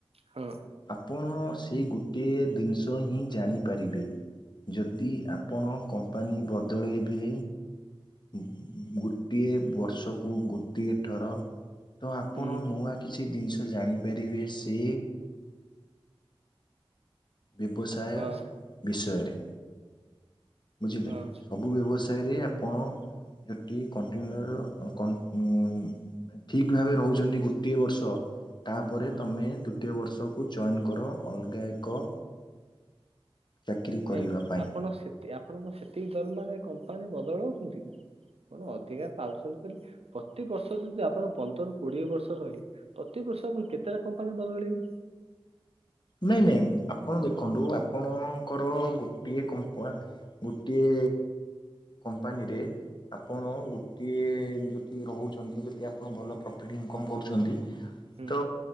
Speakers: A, on the right; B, on the left.
A: ହଁ।
B: ଆପଣ ସେଇ ଗୋଟିଏ ଦିନିଷ ହିଁ ଜାଣିପାରିବେ। ଯଦି ଆପଣ କମ୍ପାନୀ ବଦଳେଇବେ ଉଁ ଗୋଟିଏ ବର୍ଷକୁ ଗୋଟିଏ ଥର ତ ଆପଣ
A: ହୁଁ
B: ନୂଆ କିଛି ଇ ଦିନଷ ଜାଣିପାରିବେ ସେ ବ୍ୟବସାୟ
A: ହଁ
B: ବିଷୟରେ। ବୁଝିଲେ?
A: ହଁ
B: ସବୁ ବ୍ୟବସାୟରେ ଆପଣ ଯ ଟିଏ କଣ୍ଟିନିଉ ଅ କ ଉଁ ନାଇଁ ଠିକ ଭାବେ ରହୁଚନ୍ତି ଗୋଟିଏ ବର୍ଷ ତାପରେ
A: ହଁ
B: ତମେ ଦୁତୀୟ ବର୍ଷକୁ ଚଏନ କର ଅଲଗା ଏକ ଚାକିରୀ
A: କାଇଁ
B: କରିବା ପାଇଁ।
A: ଆପଣ ସେତି ଆପଣଙ୍କ ସେତିକି ଦରମାରେ କମ୍ପାନୀ ବଦଳାଉଚନ୍ତି କି? ଆପଣ ଅଧିକା ପାଉଛନ୍ତି ବୋଲି ପ୍ରତିିବର୍ଷ ଯଦି ଆପଣ ପନ୍ଦରରୁ କୋଡ଼ିଏ ବର୍ଷ ରହିଲେ ପ୍ରତିିବ ଷ ମୁଁ କେତେଟା କମ୍ପାନୀ ବଦଳେଇବି?
B: ନାଇଁ ନାଇଁ ଆପଣ ଦେଖନ୍ତୁ ଆପଣଙ୍କର ଗୋ ଟିଏ କମ୍ପ ଗୋଟିଏ କମ୍ପାନୀରେ ଆପଣ ଗୋଟିଏ ଯତି ରହୁଚନ୍ତି ଯତି ଆପଣ ଭଲ ପ୍ରଫିଟ୍ ଇନକମ୍ କରୁଚନ୍ତି
A: ହୁଁ
B: ତ